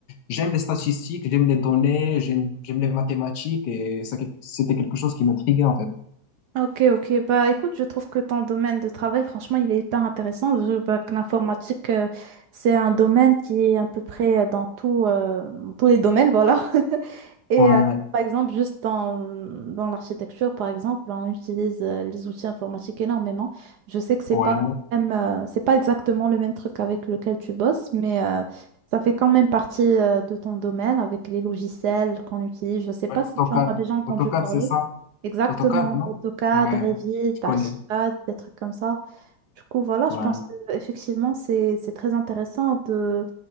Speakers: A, on the left (about 70°); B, on the right (about 70°).
A: j'aime les statistiques, j'aime les données, j'aime j'aime les mathématiques et ça quel- c'était quelque chose qui m'intriguait en fait.
B: Ok, ok. Bah, écoute, je trouve que ton domaine de travail, franchement, il est hyper intéressant. Je- bah, que l'informatique, euh, c'est un domaine qui est à peu près euh, dans tout, euh, dans tous les domaines, voilà. <laughs> Et
A: Ouais,
B: euh, par exemple, juste dans, dans l'architecture, par exemple, ben, on utilise euh, les outils informatiques énormément. Je sais que c'est
A: ouais,
B: pas même, euh, c'est pas exactement le même truc avec lequel tu bosses, mais euh, ça fait quand même partie euh, de ton domaine avec les logiciels qu'on utilise. Je sais pas
A: ouais, AutoCAD,
B: si tu en as déjà entendu
A: AutoCAD
B: parler.
A: c'est ça,
B: Exactement,
A: AutoCAD non?
B: AutoCAD,
A: Ouais,
B: Revit,
A: je connais.
B: Archicad, des trucs comme ça. Du coup, voilà, je
A: Ouais.
B: pense que effectivement, c'est c'est très intéressant de,